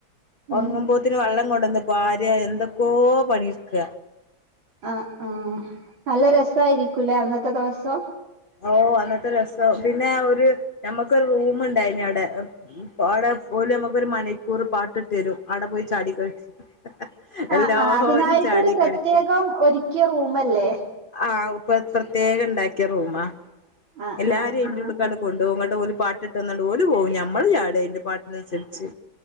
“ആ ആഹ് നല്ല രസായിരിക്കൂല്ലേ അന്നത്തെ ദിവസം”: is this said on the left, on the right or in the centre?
Right